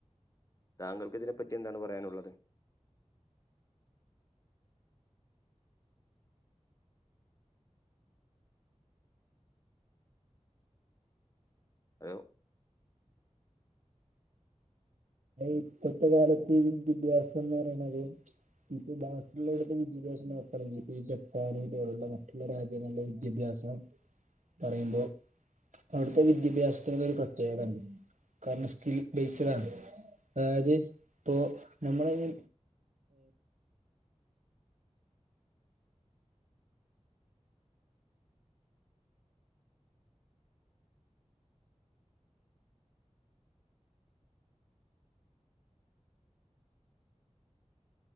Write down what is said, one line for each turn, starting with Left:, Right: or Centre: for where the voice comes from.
Left: താങ്കൾക്ക് ഇതിനെപ്പറ്റി എന്താണ് പറയാനുള്ളത്. ഹലോ
Right: ഇപ്പത്തെ കാലത്ത് വിദ്യാഭ്യാസംന്ന് പറയണത്. ഇപ്പൊ ബാക്കിയുള്ള ഇവിടുത്തെ വിദ്യാഭ്യാസം. നോക്കുകയാണെങ്കിൽ ഈ ജപ്പാൻ പോലെയുള്ള മറ്റുള്ള രാജ്യങ്ങളില വിദ്യാഭ്യാസം. പറയുമ്പോ അവിടുത്തെ വിദ്യാഭ്യാസത്തിന് ഒരു പ്രത്യേക ഇണ്ട് കാരണം സ്കിൽ ബ ചില അതായത് ഇപ്പോ നമ്മള ഈ